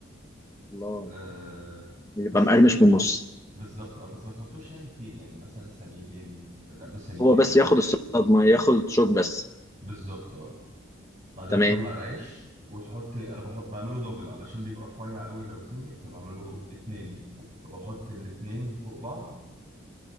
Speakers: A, on the left; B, on the right.
A: الله
B: آه،
A: يبقى
B: بس
A: مقرمش
B: ما تحطوش
A: من النص
B: كتير بالظبط اه بس ما تحطوش يعني كتير يعني مثلا ثانيتين لا مش ثانيتين
A: هو بس ياخد الصدمة ياخد الشوك بس
B: بالظبط اه بعدها
A: تمام
B: تطلع العيش وتحط انا بحط بعمله دبل علشان بيبقى رفيع قوي لو سنجل فبعمله اتنين فبحط الاتنين فوق بعض